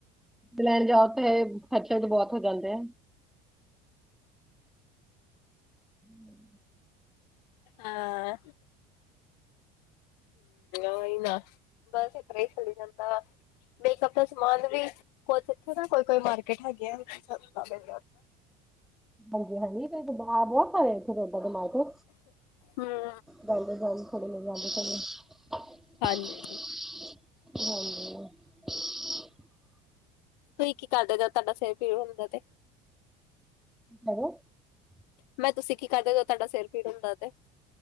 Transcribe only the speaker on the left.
ਹਾਂ ਹਮ ਉਹਹੀ ਨਾ ਬਸ ਇਸ ਤਰ ਹੀ ਚੱਲਲੀ ਜਾਂਦਾ ਵਾ ਮੇਕਅਪ ਦਾ ਸਮਾਨ ਵੀ ਕੁਥੇ ਨਾ ਕੋਈ ਕੋਈ ਮਾਰਕੀਟ ਹੈਗੀ ਮਿਲ
ਹੂੰ
ਹਾਂਜੀ
ਤੁਂ ਹੀ ਕੀ ਕਰਦੇ ਜਦ ਤੁਆਡਾ ਸਿਰ ਪੀੜ ਹੁੰਦੇਆ ਤੇ?
ਮੈਂ ਤੁਸੀਂ ਕੀ ਕਰਦੇ ਜਦ ਤੁਆਡਾ ਸਿਰ ਪੀੜ ਹੁੰਦੈ ਤੇ?